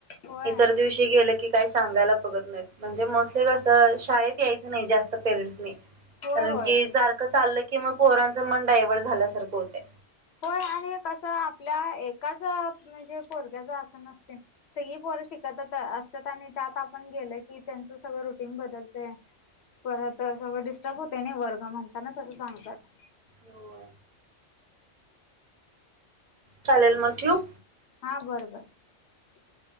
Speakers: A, on the left (about 65°); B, on the right (about 40°).
A: होय
B: इतर दिवशी गेलं की, काही सांगायला बघत नाहीत. म्हणजे मोस्टली कसं, शाळेत यायचं नाही जास्त पेरेंट्सनी. कारण
A: होय होय.
B: की, सारखं चाललं की मग, पोरांचं मन डायवर्ट झाल्यासारखं होतंय.
A: होय आणि हे कसं, आपल्या एकाच म्हणजे पोरग्याचं असं नसतंय. सगळी पो रं शिकतच आ असत्यात. आणि त्यात आपण गेल की, त्यांच सगळं रुटीन बदलतंय. परत सगळं डिस्टर्ब होत न वर्ग. म्हणता ना तसं सांगतात.
B: हो. चालेल, मग ठेऊ.
A: हा बरं बरं.